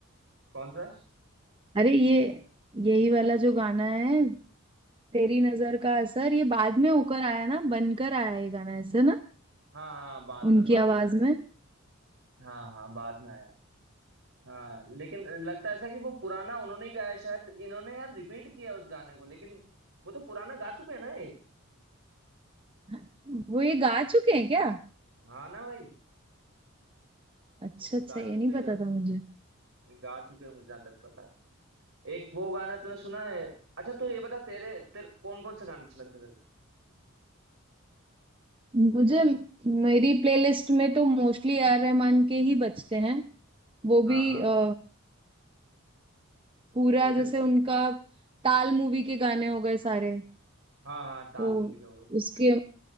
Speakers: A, on the right; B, on the right.
A: कौन सा
B: अरे ये यही वाला जो गाना है तेरी नजर का असर ये बाद में होकर आया ना बनकर आया ये गाना ऐसे ना
A: हाँ हाँ बाद में
B: उनकी
A: बाद
B: आवाज
A: में आया है।
B: में
A: हाँ हाँ बाद में आया है हाँ लेकिन लगता ऐसा कि वो पुराना उन्होंने ही गाया है, शायद इन्होंने यार रिपीट किया उस गाने को लेकिन वो तो पुराना गा चुके हैं ना ये
B: हम्म। वो ये गा चुके हैं क्या
A: हाँ ना भाई
B: अच्छा
A: ये तो
B: अच्छा
A: गा
B: ये
A: चुके
B: नहीं पता था मुझे
A: गा चुके हैं मुझे जहाँ तक पता है एक वो गाना तूने सुना है अच्छा तू ये बता तेरे तेरे कौन कौन से गाने अच्छे लगते हैं तेरे को?
B: मुझे मेरी प्लेलिस्ट में तो मोस्टली ए आर रहमान के ही बजते हैं वो
A: हाँ
B: भी
A: हाँ
B: अ, पूरा
A: को वो भी
B: जैसे उनका ताल मूवी के गाने हो गए सारे
A: हाँ हाँ ताल
B: तो
A: मूवी के हो गए
B: उसके